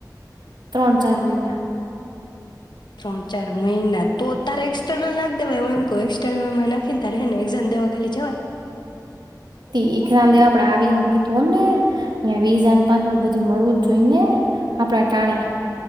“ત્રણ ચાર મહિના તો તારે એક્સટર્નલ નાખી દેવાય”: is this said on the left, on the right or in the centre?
Left